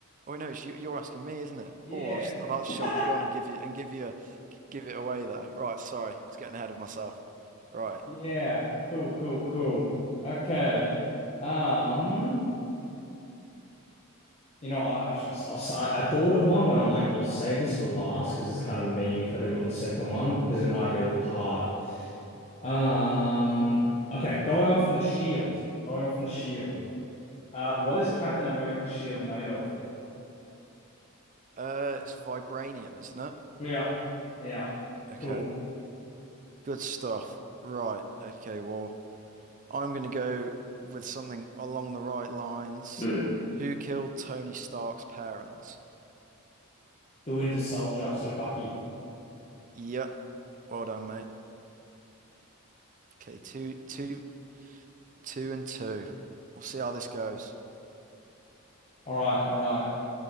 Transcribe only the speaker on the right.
Oh wait, no. It's you, you're asking me, isn't it?
Oh, I was about to
jump the gun and give you and give you g- give it away there. Right, sorry, I was getting ahead of myself. Right,
uh, it's vibranium, isn't it?
Okay,
good stuff. Right, okay. Well, I'm going to go with something along the right lines.
Who killed Tony Stark's parents?
Yep. Well done, mate. Okay, two two Two and two. We'll see how this goes.